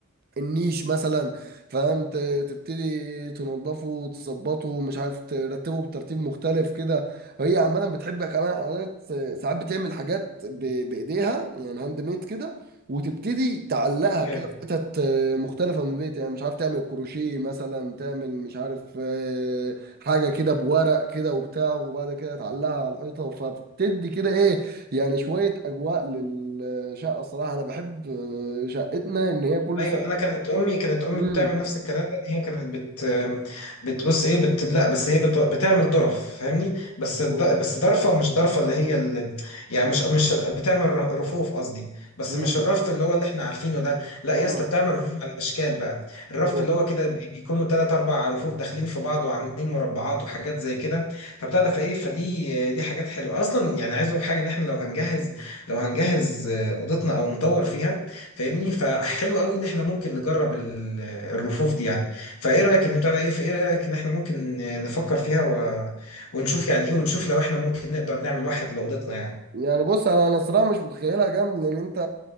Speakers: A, on the right; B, on the left.
A: النيش مثلا فاهم ت- تبتدي تنظفه وتظبطه مش عارف ترتبه بترتيب مختلف كده هي عمالة بتحب كمان حاجات ساعات بتعمل حاجات ب- بايديها يعني هاند ميد كده وتبتدي تعلقها
B: اوكي
A: كده في حتت آه، مختلفة من البيت يعني مش عارف تعمل كروشيه مثلا تعمل مش عارف آه، حاجة كده بورق كده وبتاع وبعد كده تعلقها على الحيطة فبتدي كده ايه يعني شوية أجواء للشقة الصراحة أنا بحب آه، شقتنا إن هي كل
B: ايوه
A: شوية
B: انا كانت امي كانت امي
A: امم
B: بتعمل نفس الكلام ده إن هي كانت بت بتبص ايه بت لا بس هي بت... بتعمل ظرف فاهمني بس الد...
A: اوه
B: بس ضرفه مش ضرفه اللي هي ال... يعني مش مش بتعمل ر- رفوف قصدي بس
A: امم
B: مش الرف اللي هو اللي احنا عارفينه ده لا
A: اه
B: يا اسطى بتعمل رفوف على الاشكال بقى الرف
A: اوه
B: اللي هو كده بي- بيكونوا ثلاث اربع رفوف داخلين في بعض وعاملين مربعات وحاجات زي كده فبتاع ده فايه فدي دي حاجات حلوه اصلا يعني عايز اقول حاجه ان احنا لو هنجهز لو هنجهز اوضتنا او نطور فيها فاهمني فحلو قوي ان احنا ممكن نجرب ال- الرفوف دي يعني فايه رايك ان بتاع ايه في ايه رايك ان احنا ممكن نفكر فيها و... ونشوف يعني ايه ونشوف لو احنا ممكن نقدر نعمل واحد لاوضتنا يعني
A: يعني بص انا انا الصراحه مش متخيلها جامد لان انت